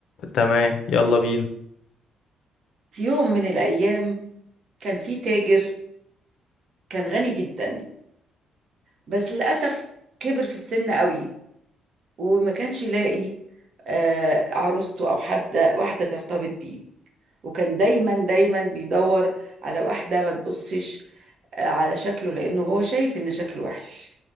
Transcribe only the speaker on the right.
في يوم من الايام كان في تاجر كان غني جدا بس للاسف كبر في السن قوي وما كانش يلاقي آه، عروسته او حد واحده ترتبط بيه وكان دايما دايما بيدور على واحده ما تبصش آه، على شكله لانه هو شايف ان شكله وحش